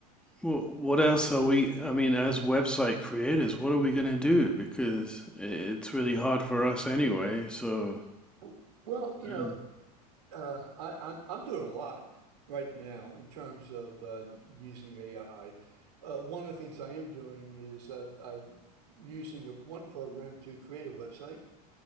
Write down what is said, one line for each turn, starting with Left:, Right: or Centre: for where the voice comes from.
Centre: Well, what else are we, I mean, as website creators, what are we going to do? Because i- it's really hard for us anyway. So,
Right: W- Well, you
Centre: Yeah.
Right: know, uh, I, I'm I'm doing a lot right now in terms of uh, using AI. Uh, one of the things I am doing is uh, I'm using a, one program to create a website.